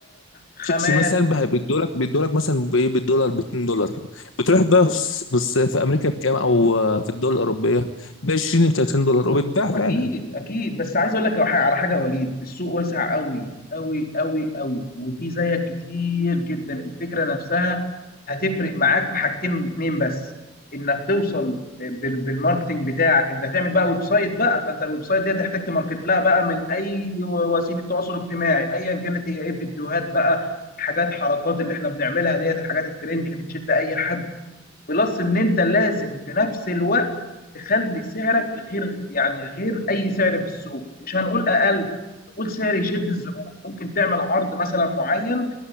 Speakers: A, on the left (about 50°); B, on the left (about 80°).
A: خامات
B: شيبسي مثلا بقى بيدولك بيدولك مثلا بايه بالدولار ب 2 دولار بتروح بقى في الص- في الص- في امريكا بكام او آه، في الدول الاوروبيه ب 20 ب 30 دولار وبتباع فعلا
A: اكيد اكيد بس عايز اقول لك على حاجه يا وليد السوق واسع قوي قوي قوي قوي وفي زيك كتير جدا الفكره نفسها هتفرق معاك في حاجتين اتنين بس انك توصل بال- بالماركتينج بتاعك انت هتعمل بقى ويب سايت بقى فانت الويب سايت دي هتحتاج تماركت لها بقى من اي وسيله تواصل اجتماعي ايا كانت هي ايه فيديوهات بقى حاجات حركات اللي احنا بنعملها ديت الحاجات الترند اللي بتشد اي حد بلس ان انت لازم في نفس الوقت تخلي سعرك غير يعني غير اي سعر في السوق مش هنقول اقل نقول سعر يشد الزبون ممكن تعمل عرض مثلا معين